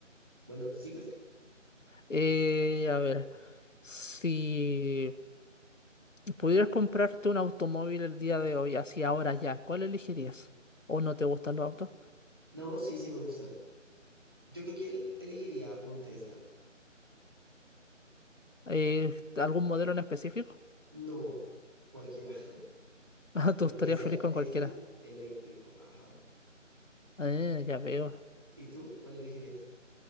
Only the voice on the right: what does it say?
Bueno, sigues.
No, sí, sí me gustan. Yo creo que él elegiría un Tesla,
no cualquiera, <laughs>
pero
que sea
Tesla
eléctrico, ajá.
¿Y tú cuál elegirías?